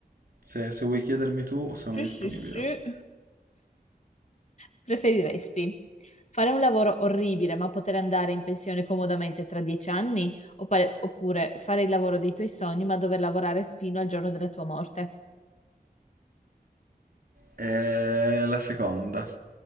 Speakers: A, on the right (about 65°); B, on the left (about 45°).
A: Se, se vuoi chiedermi tu, sono
B: Sì,
A: disponibile.
B: sì, sì. Preferiresti fare un lavoro orribile ma poter andare in pensione comodamente tra dieci anni oppure, oppure fare il lavoro dei tuoi sogni ma dover lavorare fino al giorno della tua morte?
A: E la seconda,